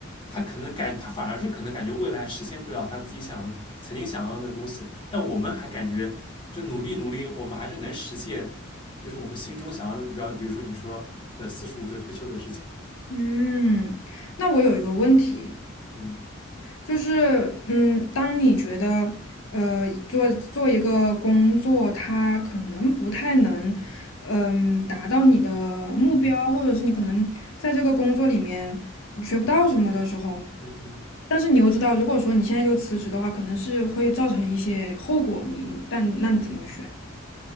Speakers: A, on the left; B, on the left.
A: 他可能感，他反而是可能感觉未来实现不了他自己想曾经想要的东西，但我们还感觉就努力努力，我们还是能实现，就是我们心中想要的目标，比如说你说的四十五岁退休的事情，
B: 嗯，那我有一个问题，
A: 嗯。
B: 就是，嗯，当你觉得，呃，做做一个工作，它可能不太能，嗯，达到你的目标，
A: 嗯，
B: 或者是你可能在这个工作里面学不到什么的时候，
A: 嗯嗯，
B: 但是你又知道，如果说你现在就辞职的话，可能是会造成一些后果，你，但那你怎么选？